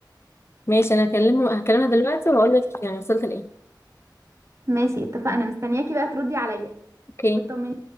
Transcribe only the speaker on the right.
ماشي اتفقنا مستنياكي بقى تردي عليا
وتطمنيني